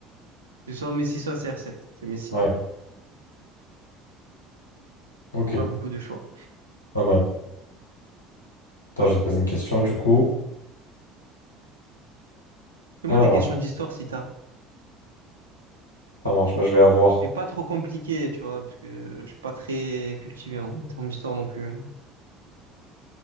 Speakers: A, on the right; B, on the left.
A: C'est soit Messi, soit CR7. C'est Messi.
B: Ouais, ok,
A: Pas beaucoup de choix.
B: pas mal. Attends, je vais te poser une question du coup.
A: Fais-moi
B: Alors,
A: des questions d'histoire si t'as.
B: ça marche, Moi, je vais avoir.
A: Mais pas trop compliquées, tu vois, parce que je suis pas très cultivé en termes d'histoire non plus. hein.